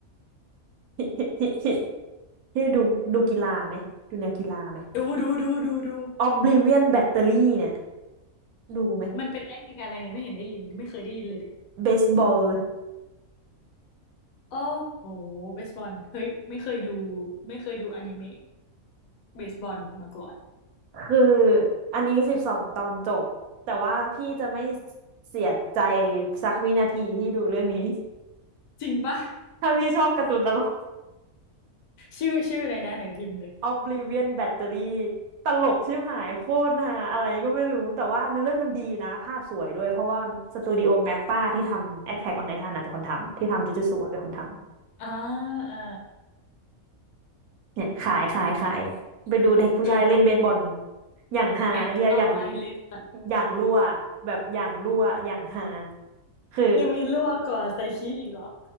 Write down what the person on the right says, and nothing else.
<laughs> นี่ดูดูกีฬาไหม ดูแนวกีฬาไหม
Oblivion Battery เนี่ยดูไหม
เบสบอล
คืออันนี้สิบสองตอนจบ แต่ว่าพี่จะไม่เสียใจสักวินาทีที่ดูเรื่องนี้
<laughs> ถ้าพี่ชอบการ์ตูนตลก
Oblivion Battery ตลกชิบหายโคตรฮาอะไรก็ไม่รู้แต่ว่าเนื้อเรื่องมันดีนะภาพสวยด้วยเพราะว่าสตูดิโอแมปป้าที่ทำ Attack on Titan นะเป็นคนทำที่ทำจูจูสัวเป็นคนทำ
เนี่ยขายขายขายไปดูเด็กผู้ชายเล่นเบสบอล
อย่างฮาไอ้เฮียอย่าง
อย่างรั่วแบบอย่างรั่วอย่างฮาคือ